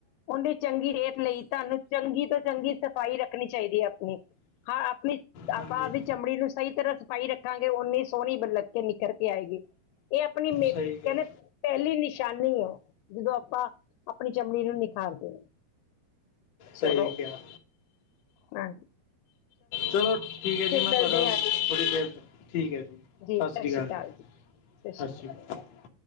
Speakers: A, on the left; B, on the left.
A: ਉਹਦੀ ਚੰਗੀ ਸਿਹਤ ਲਈ ਤੁਹਾਨੂੰ ਚੰਗੀ ਤੋਂ ਚੰਗੀ ਸਫ਼ਾਈ ਰੱਖਣੀ ਚਾਹੀਦੀ ਐ। ਹੂੰ, ਹਾਂ ਆਪਣੀ ਆਪਾਂ
B: ਹਾਂਜੀ
A: ਆਪਦੀ ਚਮੜੀ ਨੂੰ ਸਹੀ ਤਰ੍ਹਾਂ ਸਫ਼ਾਈ ਰੱਖਾਂਗੇ, ਓਨੀ ਸੋਹਣੀ ਬਲਕਿ ਨਿਕਰ ਕੇ ਆਏਗੀ। ਇਹ ਆਪਣੀ ਮੇ
B: ਸਹੀ
A: ਕਹਿੰਦੇ
B: ਕਿਹਾ
A: ਪਹਿਲੀ ਨਿਸ਼ਾਨੀ ਐ, ਜਦੋਂ ਆਪਾਂ ਆਪਣੀ ਚਮੜੀ ਨੂੰ ਨਿਖਾਰਦੇ ਹਾਂ। ਚਲੋ
B: ਸਹੀ ਕਿਹਾ।
A: ਹਾਂਜੀ
B: ਚਲੋ ਠੀਕ ਹੈ ਜੀ,
A: ਫਿਰ
B: ਮੈਂ
A: ਮਿਲਦੇ
B: ਤੁਹਾਡਾ
A: ਹਾਂ ਜੀ
B: ਥੋੜੀ ਦੇਰ ਠੀਕ ਹੈ ਜੀ ਸਸ
A: ਸਤਿ
B: ਰੀ ਕਾਲ
A: ਸ਼੍ਰੀ ਅਕਾਲ
B: ਜੀ,
A: ਸਤਿ ਸ਼੍ਰੀ
B: ਸਸ
A: ਅਕਾਲ
B: ਰੀ ਕਾਲ।